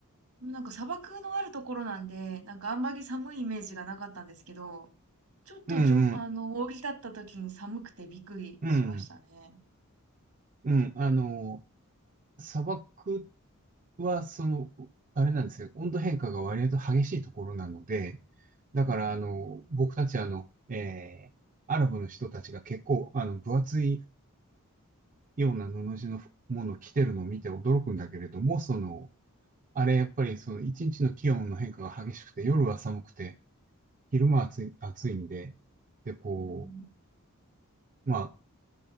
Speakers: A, on the right; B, on the right.
A: なんか砂漠のあるところなんで、なんかあんまり寒いイメージがなかったんですけど、ちょっとじょ、
B: うんうん、
A: あの、降り立った時に寒くてびっくりしましたね。
B: うん、うん、あの、砂漠は、その、あれなんですよ。温度変化が割と激しいところなので、だから、
A: うん、
B: あの、僕たち、あの、えー、アラブの人たちが結構、あの、分厚いような布地のものを着てるのを見て驚くんだけれども、その、あれ、やっぱり、その、一日の気温の変化が激しくて、夜は寒くて、昼間は暑い、暑いんで、で、こ
A: うん、
B: う、まあ、